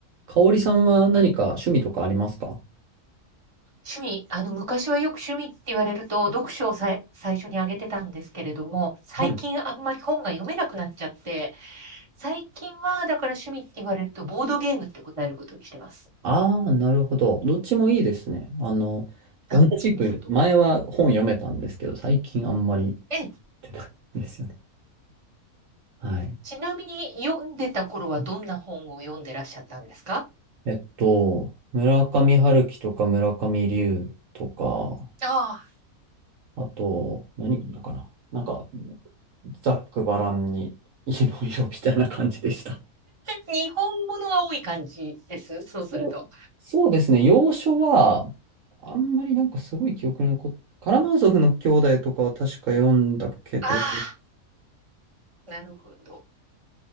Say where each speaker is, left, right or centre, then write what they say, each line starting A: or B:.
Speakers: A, on the right; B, on the right.
A: 香織さんは何か趣味とかありますか
B: 趣味、あの、昔はよく趣味って言われると、読書をさい、最初に挙げてたんですけれども、最近あんまり本が読めなくなっちゃって、
A: はい。
B: 最近は、だから趣味って言われると、ボードゲームって答えることにしてます。
A: ああー、なるほど。どっちもいいですね。あの、
B: あ、
A: 同じく、
B: ありがとう。
A: 前は本読めたんですけど、最近あんまり
B: え、
A: 出ないんですよね。はい。
B: ちなみに読んでた頃はどんな本を読んでらっしゃったんですか
A: えっと、村上春樹とか村上龍とか、
B: ああ、
A: あと、何だかな。なんか、ざっくばらんに、いろいろみたいな感じでした。
B: 日本物が多い感じです。そうすると。
A: そうそうですね、洋書は、あんまりなんかすごい記憶に残ってカラマーゾフの兄弟とかは確か読んだけど、
B: ああ、なるほど。